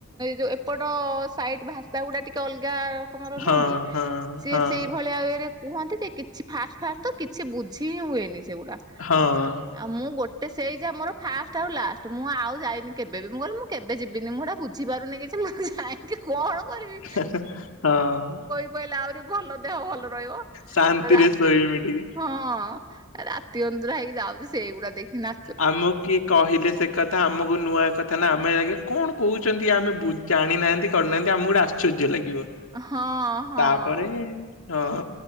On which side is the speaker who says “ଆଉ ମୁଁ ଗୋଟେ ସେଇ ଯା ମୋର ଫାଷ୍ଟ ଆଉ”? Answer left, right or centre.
Right